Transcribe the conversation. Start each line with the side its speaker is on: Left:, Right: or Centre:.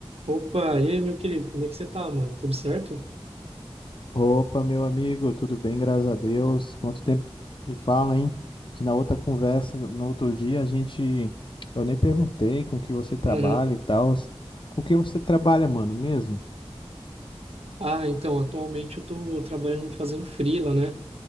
Right: Opa, e aí, meu querido, como é que você tá, mano? Tudo certo?
Left: Opa, meu amigo, tudo bem? Graças a Deus. Quanto tempo se fala, hein? Que na outra conversa, no outro dia, a gente. Eu nem perguntei com que você trabalha
Right: Uhum.
Left: e tal. Com que você trabalha, mano, mesmo?
Right: Ah, então, atualmente eu tô trabalhando fazendo freela, né?